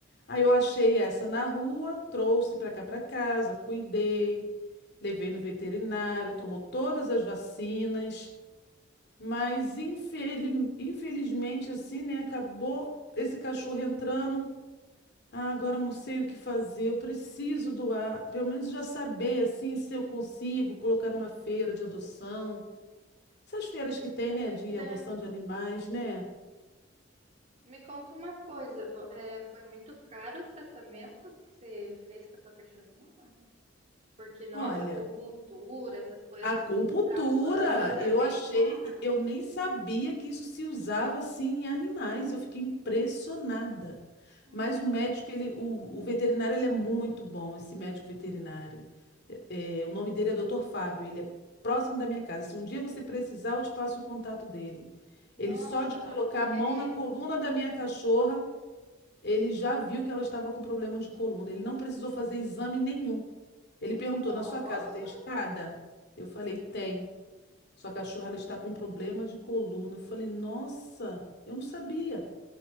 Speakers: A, on the left; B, on the right.
A: Aí eu achei essa na rua, trouxe para cá para casa, cuidei. Levei no veterinário, tomou todas as vacinas, mas infeli- infelizmente assim, né, acabou esse cachorro entrando. Ah, agora não sei o que fazer, eu preciso doar, pelo menos já saber assim se eu consigo colocar uma feira de adoção. Essas feiras que tem,
B: Pois
A: né, de
B: é.
A: adoção de animais, né?
B: Me conta uma coisa. vo- é, foi muito caro o tratamento que você fez com a tua cachorrinha? Porque, nossa,
A: Olha,
B: acupuntura, essas coisas
A: Acupuntura,
B: para humanos é
A: eu
B: bem
A: achei,
B: caro.
A: eu nem sabia que isso se usava assim em animais, eu fiquei impressionada.
B: Uhum.
A: Mas o médico, ele, o, o veterinário, ele é muito bom, esse médico veterinário. É, é, o nome dele é Dr. Fábio, ele é próximo da minha casa. Se um dia você precisar, eu te passo o contato dele.
B: Nossa,
A: Ele só de colocar
B: vou querer.
A: a mão na coluna da minha cachorra, ele já viu que ela estava com problema de coluna. Ele não precisou fazer exame nenhum. Ele perguntou:
B: Nossa.
A: na sua casa tem escada? Eu falei: tem. Sua cachorra, ela está com problema de coluna. Eu falei, nossa, eu não sabia.